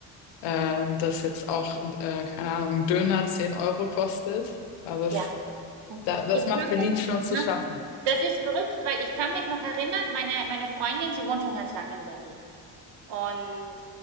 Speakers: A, on the left; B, on the right.
A: äh, dass jetzt auch, äh, keine Ahnung, ein Döner 10 Euro kostet. Also das,
B: Ja.
A: da, das
B: Ich
A: macht
B: kann
A: Berlin
B: mich,
A: schon zu
B: ne,
A: schaffen.
B: das ist verrückt, weil ich kann mich noch erinnern, meine, meine Freundin, sie wohnt schon ganz lange in Berlin. Und,